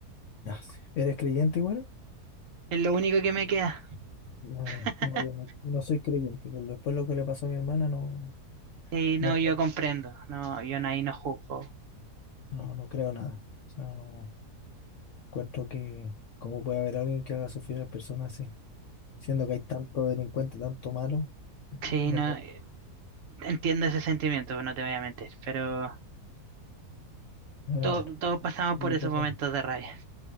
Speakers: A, on the left; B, on the right.
A: ah, sí. ¿eres creyente igual?
B: Es lo único que me queda.
A: No,
B: <laughs>
A: eh, no, yo no, no soy creyente. Con Después lo que le pasó a mi hermana, no,
B: Sí, no,
A: no creo,
B: yo comprendo. No, yo no- ahí no juzgo.
A: no, no creo nada. O sea, no encuentro que cómo puede haber alguien que haga sufrir a las personas así, siendo que hay tanto delincuente, tanto malo,
B: Sí,
A: no
B: no,
A: puedo.
B: eh, entiendo ese sentimiento, no te voy a mentir. Pero
A: Pero
B: to-
A: bueno,
B: todos pasamos
A: ya
B: por
A: otro
B: esos momentos
A: tema.
B: de rabia.